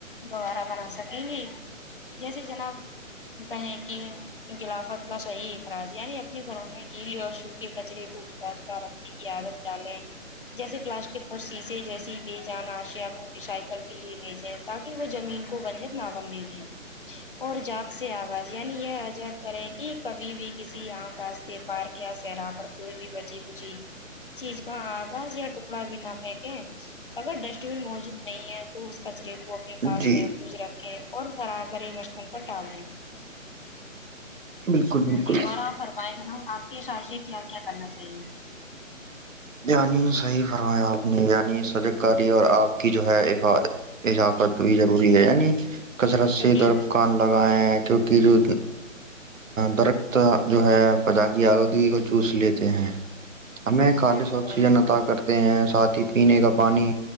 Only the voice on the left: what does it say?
گوارہ بنا سکیں گے جیسے جناب کہیں کہ غلافت کا صحیح اعتراج یعنی اپنے گھروں میں کییل اور شو کے کچرے کو جتا جتا رکھ کی عادت ڈالے جیسے پلاسٹک پر شیشے جیسی بھی جان آشیاء کو ریسائیکل کے لیے بھیجیں تاکہ وہ زمین کو ونجر نہ بننے دے اور جات سے آغاز یعنی یہ عجد کریں کہ کبھی بھی کسی عام راستے پ پار کیا سراہ پر کوئی بھی بچی بجی چیز کا آگا یا ٹکڑا بھی نہ پھیکے اگر ڈسٹ بین موجود نہیں ہے تو اس کچرے کو اپنے
پاس
محفوظ رکھ اور گھر آ کر ع مرتن پر الیں
جی اور آپ فرمائ جنا آپ کے سارشیں کیا کیا کرنا چاہیے
جی
جی بالکل